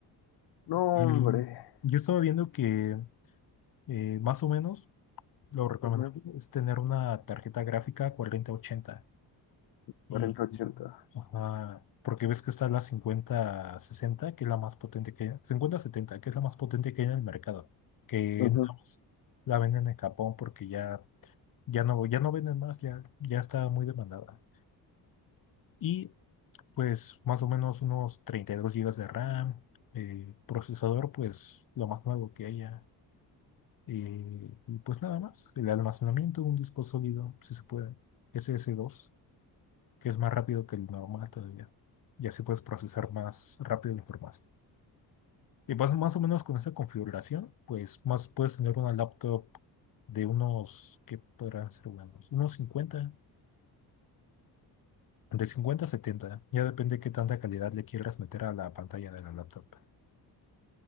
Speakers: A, on the left; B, on the left.
A: no,
B: Y
A: hombre.
B: yo estaba viendo que eh, más o menos lo recomendable
A: Ujú,
B: es tener una tarjeta gráfica cuarenta ochenta Y,
A: cuarenta ochenta.
B: ajá, porque ves que está la cincuenta sesenta que es la más potente que, cincuenta setenta que es la más potente que hay en el mercado, que
A: Ujú,
B: nada más la venden en Japón porque ya ya no, ya no venden más, ya, ya está muy demandada. Y pues más o menos unos 32 gigas de RAM, eh, procesador pues lo más nuevo que haya. eh, y pues nada más, el almacenamiento, un disco sólido, si se puede, SS2, que es más rápido que el normal todavía. Y así puedes procesar más rápido la información. Y pues más o menos con esa configuración, pues más puedes tener una laptop de unos, que podrán ser buenos? Unos cincuenta De 50 a 70, ya depende qué tanta calidad le quieras meter a la pantalla de la laptop.